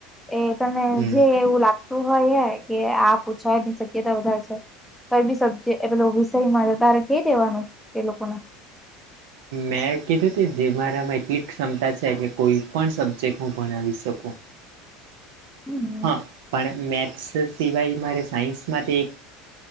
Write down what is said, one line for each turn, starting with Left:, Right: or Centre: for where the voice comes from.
Centre: એ તને
Right: હમ
Centre: જે એવું લાગતું હોય, એ કે આ પૂછવાની શક્યતા વધારે છે. કઈ બી સબ્જે એ પેલો વિષયમાં તારે કઈ દેવાનું એ લોકોને
Right: મેં કીધું કે જે મારામાં એટલી ક્ષમતા છે કે કોઈ પણ સબ્જેક્ટ હું ભણાવી શકું.
Centre: હમ.
Right: હા, પણ મેક્સ સિવાય, મારે સાયન્સ માટે એક